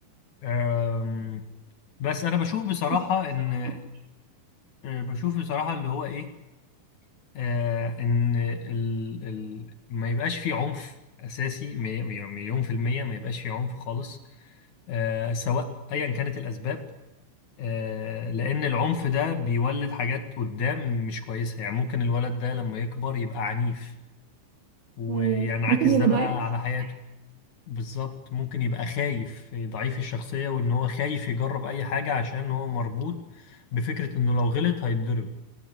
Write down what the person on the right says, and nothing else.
بس في نفس
الوقت
ايوه ممكن يبقى
ضعيف الشخصية